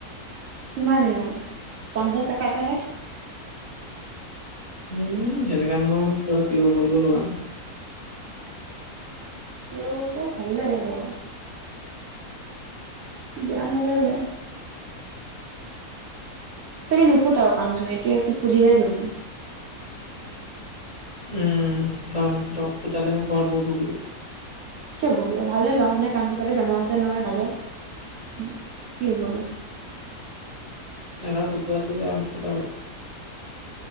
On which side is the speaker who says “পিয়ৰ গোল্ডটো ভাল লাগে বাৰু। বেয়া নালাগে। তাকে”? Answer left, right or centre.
Right